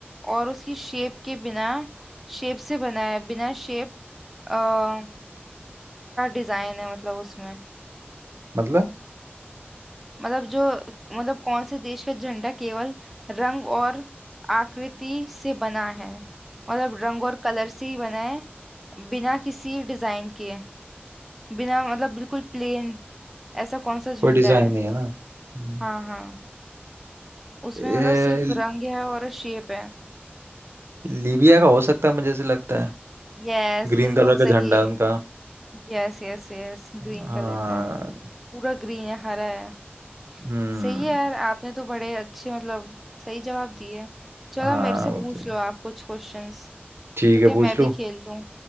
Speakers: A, in the centre; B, on the right.
A: और उसकी शेप के बिना शेप से बना है बिना शेप का डिजाइन है मतलब उसमें
B: मतलब
A: मतलब जो मतलब कौन से देश का झंडा केवल रंग और आकृति से बना है मतलब रंग और कलर से ही बना है बिना किसी डिजाइन के बिना मतलब बिल्कुल प्लेन ऐसा कौन सा झंडा
B: कोई डिजाइन
A: है
B: नहीं है ना हम्म,
A: हाँ हाँ उसमें
B: ए,
A: मतलब सिर्फ रंग है और शेप है
B: लीबिया का हो सकता है मुझे ऐसे लगता है
A: यस
B: ग्रीन
A: बिल्कुल
B: कलर का
A: सही
B: झंडा है उनका
A: Yes yes yes green
B: हाँ
A: colour का है पूरा ग्रीन है हरा है
B: हम्म
A: सही है यार आपने तो बड़े अच्छे मतलब सही जवाब दिए चलो
B: हाँ
A: मेरे से पूछ
B: वो तो
A: लो
B: है।
A: आप कुछ क्वेश्चंस
B: ठीक
A: तो क्या
B: है पूछ
A: मैं भी
B: लूँ
A: खेल लूं